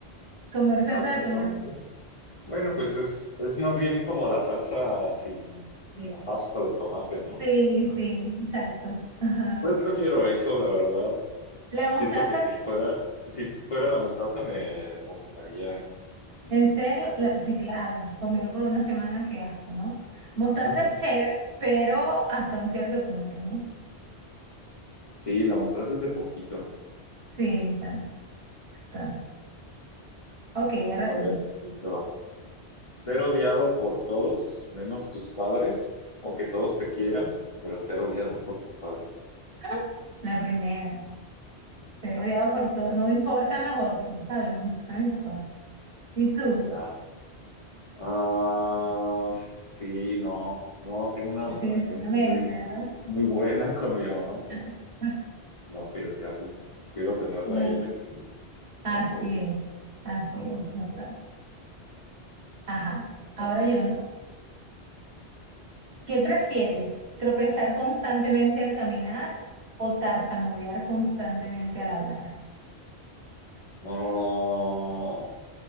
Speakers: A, on the right; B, on the left.
A: Comer
B: Salsa
A: salsa de
B: de
A: tomate.
B: tomate. Bueno, pues es, es más bien como la salsa sin, sin la pasta de tomate, ¿no?
A: Sí,
B: Sí, lo
A: sí,
B: entiendo.
A: exacto. Ajá.
B: Pues prefiero eso, la verdad.
A: La mostaza,
B: Siento que si fuera, si fuera la mostaza me vomitaría en un
A: en serio,
B: rato.
A: La- sí, claro, comerlo por una semana, qué asco, ¿no? Mostaza
B: <laughs>
A: es chévere, pero hasta un cierto punto, ¿no?
B: Sí, la mostaza es de poquito.
A: Sí, exacto. Estás. Ok, ahora
B: A
A: tú.
B: ver, ahí te va. Ser odiado por todos, menos tus padres, o que todos te quieran, pero ser odiado por tus padres.
A: ¡Ah! La primera. Ser odiado por
B: Sí.
A: todo. No me importan los otros, ¿sabes? Me importan mis papás. ¿Y tú?
B: Ya. Ah, sí, no, no, tengo una
A: Definitivamente,
B: relación muy,
A: ¿verdad?
B: muy, muy buena con mi mamá, como
A: <laughs>
B: no arriesgarla. Prefiero tenerla
A: Ah,
B: a ella que,
A: Así
B: que a todos.
A: es, así
B: Ajá.
A: es, ¿verdad? Ajá.
B: Vas.
A: Ahora yo, ¿no? ¿Qué prefieres? ¿Tropezar constantemente al caminar o tartamudear constantemente al hablar?
B: No,